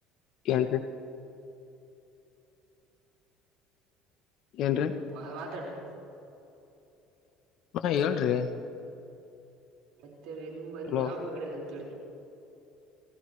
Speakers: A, on the left (about 60°); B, on the right (about 75°).
A: ಏನ್ರಿ. ಏನ್ರೀ.
B: ಮಾ ಮಾತಾಡ್ರಿ.
A: ಮ ಏನ್ರಿ.
B: ಮತ್ತೆರಿ ನಿಂಬಲ್ಲಿ
A: ಹಲೋ
B: ಯಾವಗಿಡ ಅಂತೇಳಿನಿ.